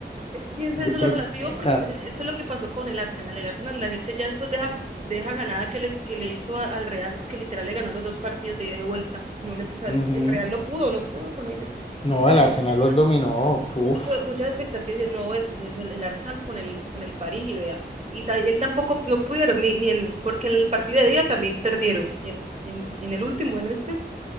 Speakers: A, on the right; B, on the left.
A: Es que es
B: Yo
A: eso lo
B: creo
A: relativo,
B: que, exacto.
A: porque mire, eso es lo que pasó con el Arsenal. El Arsenal, la gente ya después deja, deja ganada que le, que le hizo a- al Real, porque literal le ganó los dos partidos de ida y vuelta. No le, o sea,
B: ujú.
A: el, el Real no pudo, no pudo con ellos.
B: No,
A: La
B: el Arsenal
A: gente tenía
B: los dominó, uf,
A: mucho, muchas expectativas de no, eh, pues es el, el Arsenal con el, con el París y vea. Y ta- él tampoco no pudieron, ni, ni en, porque en el partido de ida también perdieron. Y en, y en, y en el último, en este,